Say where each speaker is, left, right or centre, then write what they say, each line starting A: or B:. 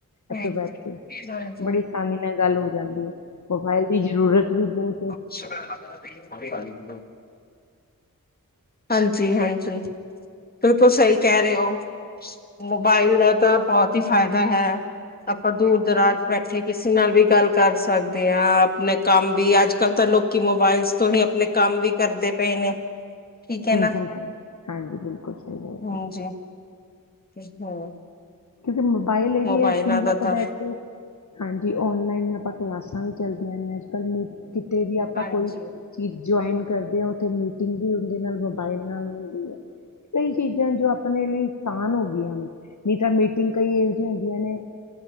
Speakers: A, on the left (about 25°); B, on the left (about 55°).
A: ਹਾਂ,
B: ਐਥੋਂ
A: ਹਾਂਜੀ,
B: ਬੈਠ ਕੇ।
A: ਬਿਲਕੁਲ
B: ਬੜੀ ਸਾਨੀ ਨਾਲ ਗੱਲ ਹੋ ਜਾਂਦੀ ਏ, ਮੋਬਾਇਲ ਦੀ ਜ਼ਰੂਰਤ ਵੀ ਬੌਤ
A: <unintelligible> ਅਭੀ ਗਾਲੀ ਦੀ ਓ। ਹਾਂਜੀ -ਹਾਂਜੀ। ਬਿਲਕੁਲ ਸਹੀ ਕੈ ਰੇ ਔ। ਮੋਬਾਈਲ ਦਾ ਤਾਂ ਬੌਤ ਈ ਫਾਇਦਾ ਹੈ। ਆਪਾਂ ਦੂਰ-ਦਰਾਜ ਬੈਠੇ ਕਿਸੇ ਨਾਲ ਵੀ ਗੱਲ ਕਰ ਸਕਦੇ ਆਂ, ਅਪਣੇ ਕੰਮ ਦੀ। ਅੱਜ-ਕੱਲ੍ਹ ਤਾਂ ਲੋਕ ਕਿ ਮੋਬਾਇਲਸ ਤੋਂ ਹੀ ਅਪਣੇ ਕੰਮ ਵੀ ਕਰਦੇ ਪਏ ਨੇ। ਠੀਕ
B: ਸਈ
A: ਨਾ
B: ਗੱਲ ਹੈ। ਹਾਂਜੀ ਬਿਲਕੁਲ ਸਹੀ।
A: ਹਾਂਜੀ ਹਾਂ।
B: ਕਿਉਂਕਿ ਮੋਬਾਈਲ ਏਹ
A: ਮੋਬਾਇਲਾਂ
B: ਹੀ ਹੈ। ਦਿਨੇ
A: ਦਾ
B: ਆਪਾਂ
A: ਤਾਂ
B: ਬੈਠ ਕੇ। ਹਾਂਜੀ ਔਨ ਲਾਈਨ ਆਪਾਂ ਕਲਾਸਾਂ ਵੀ ਚੱਲਦੀਆਂ ਨੇ ਅੱਜ ਕੱਲ੍ਹ ਨੀ ਕਿਤੇ ਵੀ ਆਪਾਂ
A: ਹਾਂਜੀ
B: ਕੋਈ ਚੀਜ਼ ਜੁਆਇਨ ਕਰਦੇ ਹਾਂ। ਉੱਥੇ ਮੀਟਿੰਗ ਵੀ ਉਹਦੇ ਨਾਲ ਮੋਬਾਈਲ ਨਾਲ ਹੁੰਦੀ ਐ। ਕਈ ਚੀਜ਼ਾਂ ਜੋ ਆਪਣੇ ਲਈ ਸਾਨ ਹੋ ਗਈਆਂ ਨੇ। ਨਹੀਂ ਤਾਂ ਮੀਟਿੰਗ ਕਈ ਇਹੋ ਜਆਂ ਹੁੰਦੀਆਂ ਨੇ।